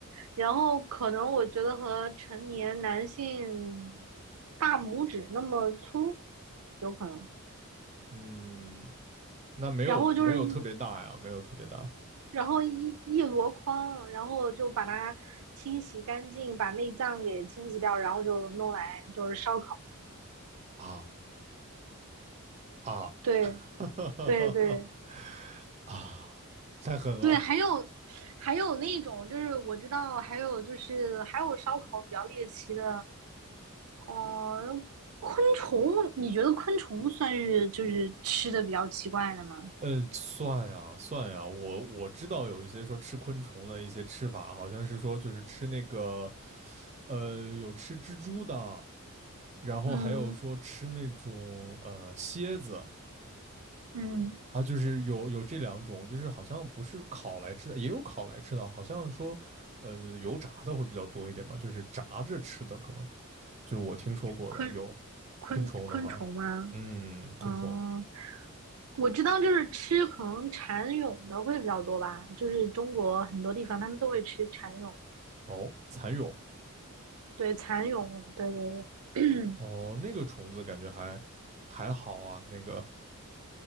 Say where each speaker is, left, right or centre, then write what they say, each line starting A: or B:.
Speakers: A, on the right (about 80°); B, on the right (about 30°).
A: 然后可能我觉得和成年男性大拇指那么粗，有可能。
B: 嗯，那没有没有特别大呀，
A: 然后就是一，
B: 没有特别大
A: 然后一一箩筐，然后就把它清洗干净，把内脏给清洗掉，然后就弄来就是烧烤。
B: 啊啊，
A: 对
B: <laughs>
A: 对对，
B: 啊，太狠了。
A: 对，还有还有那种，就是我知道，还有就是还有烧烤比较猎奇的，哦，昆虫，你觉得昆虫算是就是吃的比较奇怪的吗？
B: 嗯，算呀算呀，我我知道有一些说吃昆虫的一些吃法，好像是说就是吃那个，呃，有吃蜘蛛的。然后还有说吃那种呃蝎子
A: 嗯嗯，
B: 啊，就是有有这两种，就是好像不是烤来吃的，也有烤来吃的，好像说呃油炸的会比较多一点吧，就是炸着吃的可能就是我听说过的有
A: 昆昆昆虫吗？
B: 昆虫的话，嗯，昆虫
A: 嗯，我知道就是吃可能蚕蛹的会比较多吧，就是中国很多地方他们都会吃蚕蛹，
B: 哦，蚕蛹
A: 对，蚕蛹，对对对，<clears throat>
B: 哦，那个虫子感觉还还好啊，那个